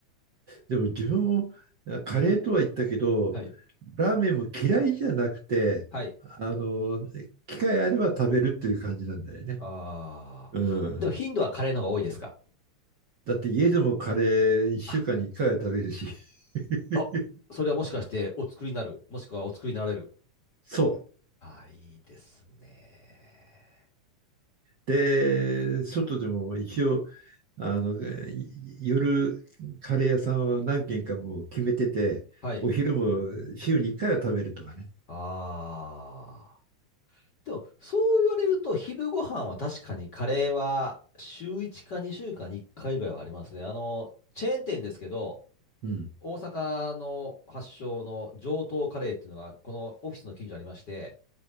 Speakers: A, on the right; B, on the left.
A: でも自分もカレーとは言ったけど、
B: はい。
A: ラーメンも嫌いじゃなくて、
B: はい。
A: あの、機会あれば食べるっていう感じなんだよね。
B: あー。
A: うん。
B: でも頻度はカレーの方が多いですか
A: だって家でもカレー1週間に1回は食べるし。
B: あ、
A: <laughs>
B: あ、それはもしかしてお作りになる、もしくはお作りになられる。
A: そう。
B: あー、いいですね。
A: で、外でも一応、あの、い夜カレー屋さんは何軒かもう決めてて、
B: はい。
A: お昼も週に1回は食べるとかね。
B: ああ。でも、そう言われると、昼ご飯は確かにカレーは週1か2週間に1回ぐらいはありますね。あの、チェーン店ですけど、
A: うん。
B: 大阪の発祥の上等カレーっていうのが、このオフィスの近所にありまして、